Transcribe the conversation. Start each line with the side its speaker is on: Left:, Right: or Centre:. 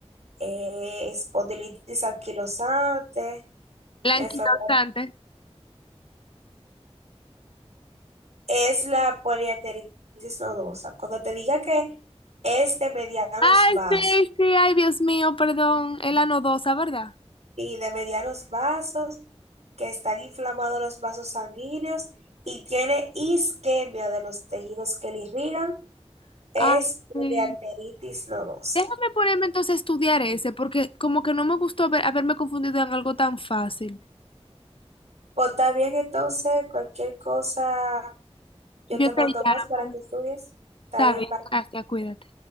Right: eh, espondilitis anquilosante,
Left: Blanquitaxante.
Right: la enfermedad es la poliarteritis nodosa. Cuando te diga que es de medianos
Left: Ay,
Right: vasos
Left: sí, sí, ay, Dios mío, perdón. Es la nodosa, ¿verdad?
Right: y de medianos vasos, que están inflamados los vasos sanguíneos y tiene isquemia de los tejidos que le irrigan, es
Left: Ah,
Right: poliarteritis
Left: sí,
Right: nodosa.
Left: Déjame ponerme entonces a estudiar ese, porque como que no me gustó haber- haberme confundido en algo tan fácil.
Right: Pues está bien, entonces, cualquier cosa, yo
Left: Yo
Right: te mando
Left: te llamo.
Right: más para que estudies. Está
Left: Está
Right: bien,
Left: bien,
Right: bye.
Left: gracias, cuídate.